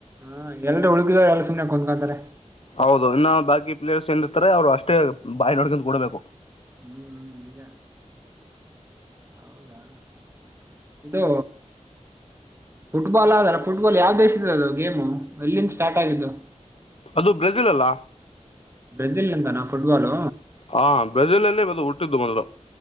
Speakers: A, on the right (about 20°); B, on the left (about 50°).
A: ಹಾ ಎಲ್ರು ಉಳಕಿದವ್ರು ಎಲ್ಲ ಸುಮ್ನೆ ಕುತ್ಕೊಂತಾರೆ
B: ಹೌದು ಇನ್ನ ಬಾಕಿ ಪ್ಲೇಯರ್ಸ್ ಏನ್ರ್ತಾರೆ ಅವ್ರು ಅಷ್ಟೇ ಬಾಯಿ ನೋಡ್ಕೊಂಡ ಕೊಡ್ಬೇಕು
A: ಹ್ಮ್ ಹ್ಮ್ ನಿಜ ಹೌದಾ ಇದು ಫುಟ್ಬಾಲ್ ಆದಾರ ಫುಟ್ಬಾಲ್ ಯಾವ ದೇಶದ ಅದು ಗೇಮು ಎಲ್ಲಿಂದ ಸ್ಟಾರ್ಟ್ ಆಗಿದ್ದು
B: ಅದು ಬ್ರೆಜಿಲ್ ಅಲ್ಲ
A: ಬ್ರೆಜಿಲ್ ಅಂತಾನ ಫುಟ್ಬಾಲ್
B: ಹಾ ಬಜಲಲ್ಲೇ ಬದು ಹುಟ್ಟಿದ್ದು ಬಂದ್